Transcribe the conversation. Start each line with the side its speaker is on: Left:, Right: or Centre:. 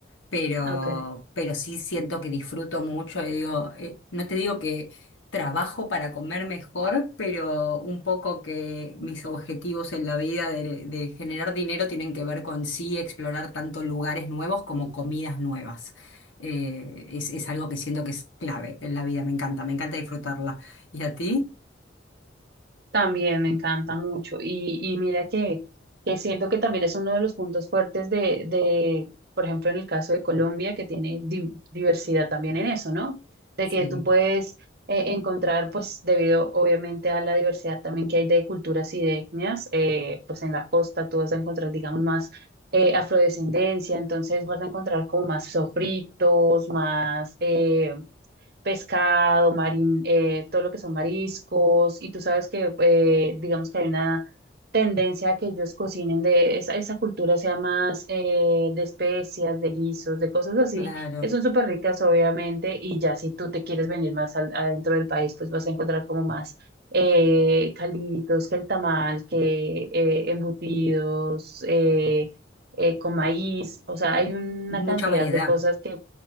Left: pero,
Right: Ok.
Left: pero sí siento que disfruto mucho y digo, eh, no te digo que trabajo para comer mejor, pero un poco que mis objetivos en la vida de, de generar dinero tienen que ver con sí explorar tanto lugares nuevos como comidas nuevas. Eh, es, es algo que siento que es clave en la vida, me encanta, me encanta disfrutarla. ¿Y a ti?
Right: También me encanta mucho. Y, y mira que, que siento que también es uno de los puntos fuertes de, de, por ejemplo, en el caso de Colombia, que tiene di- diversidad también en eso, ¿no? De
Left: Sí,
Right: que tú puedes eh, encontrar, pues, debido obviamente a la diversidad también que hay de culturas y de etnias, eh, pues en la costa tú vas a encontrar, digamos, más eh, afrodescendencia, entonces vas a encontrar como más sofritos, más... eh, pescado, marín, eh, todo lo que son mariscos, y tú sabes que eh, digamos que hay una tendencia a que ellos cocinen de esa, esa cultura sea más eh, de especias, de guisos, de cosas así,
Left: claro.
Right: que son súper ricas obviamente, y ya si tú te quieres venir más al- adentro del país, pues vas a encontrar como más eh, calditos, que el tamal, que eh, embutidos, eh, eh, con maíz, o sea, hay una
Left: Mucha
Right: cantidad
Left: variedad.
Right: de cosas que